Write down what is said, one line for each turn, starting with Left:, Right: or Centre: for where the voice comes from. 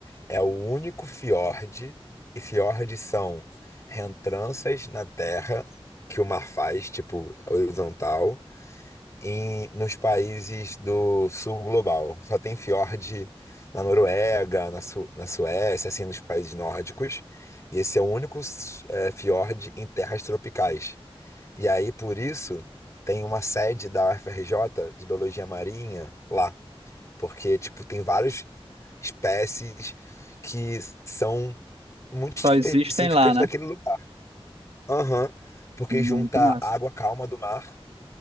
Left: é o único fiord, e fiordes são rentranças na terra que o mar faz, tipo horizontal, em, nos países do sul global. Só tem fiord na Noruega, na, Su- na Suécia, assim, nos países nórdicos. E esse é o único eh, fiord em terras tropicais. E aí, por isso, tem uma sede da UFRJ de Biologia Marinha lá. Porque, tipo, tem várias espécies que são muito
Right: Só
Left: específicas
Right: existem lá, né?
Left: daquele lugar. Aham. Porque
Right: Muito
Left: junta
Right: massa.
Left: a água calma do mar,